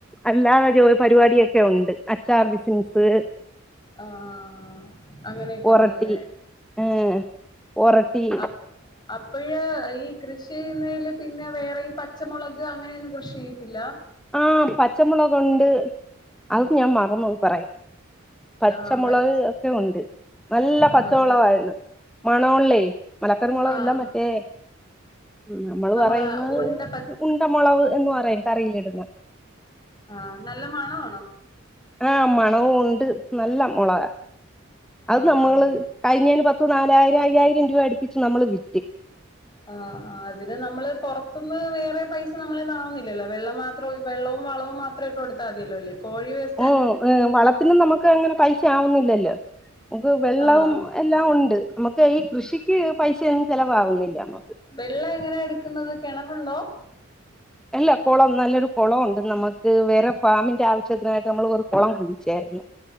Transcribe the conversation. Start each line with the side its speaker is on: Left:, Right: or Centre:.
Centre: അല്ലാതെ ജോ പരിപാടടിൊക്കെ ഉണ്ട് അച്ചാർ ബിസ്സിൻസ്
Left: ആഹഹ അങ്ങനെയൊക്കെ
Centre: ഒറട്ടി
Left: ഉണ്ടല്ലേ.
Centre: ഏഹ് ഒറട്ടി
Left: അപ്പ്‌.. അപ്പഴ്‌. ഈ കൃഷി യ്യുന്നയിൽ പിന്നെ വേറെ ഈ പച്ചമൊളക് അങ്ങനെയൊന്ന് കൃഷി.. ത്തില്ലഅ..
Centre: ആഹപച്ചമുളക് ഉണ്ട് അത് ഞാൻ മറന്നുപറയാൻ പച്ചമൊളക്
Left: ആഹ് പച്
Centre: ഒക്കെ ഉണ്ട് നല്ല പച്ചമൊളകായിര്ന്ന്..
Left: ആഹ്
Centre: മണള്ളേ. മലക്കറമോളകഎല്ലാമറ്റേ..
Left: ആഹ് ആഹ്
Centre: മ്മ്. നമ്മൾ
Left: നമ്മളെ
Centre: പറയുന്ന
Left: ഉണ്ട
Centre: ഉണ്ടമൊളക്എന്ന് പറയും കറിയിലിട്..
Left: ആഹ നല്ല മണആണോ
Centre: ആഹ് മണവു ഉണ്ട് നല്ല മൊളക അത്
Left: ആഹ്
Centre: നമ്മള്. കഴിഞ്ഞയിന് പത്ത് നാലായിരം അയ്യായിരം രൂപ അടുപ്പിച്ച് നമ്മള് വിറ്റി.
Left: ആഹ് ആഹ് അതിന് നമ്മള് പൊറത്തുന്ന് വേറെ പൈസ നമ്മളെ അവുന്നില്ലല്ലോ വെള്ളം മാത്രോ വെള്ളവും വളവും മാ ത്ര ഇട്ടു. കൊടുത്ത മതിയല്ലോല്ലേ. കോഴി വേസ്
Centre: ഉം വളത്തിനും നമുക്ക് അങ്ങനെ പൈഷ ആവുന്നില്ലല്ലോ. നമുക്ക് വെള്ളവും
Left: ആഹ് ആഹ്
Centre: എല്ലാം ഉണ്ട് നമക്ക് ഈ കൃഷിക്ക് പൈസയൊന്നും ചെലവാവുന്നില്ല നമ്മക്ക്.
Left: വെള്ള എങ്ങനെയ എടുക്കുന്നത് കെണറുണ്ടോ.
Centre: എല്ല കൊളം നല്ലൊരു കൊളൊണ്ട് നമക്ക് വേറെ ഫാമിന്റെ ആവശ്യത്തിനായിട്ട് നമ്മൾ ഒരു കൊളം കുഴിചര്ന്നു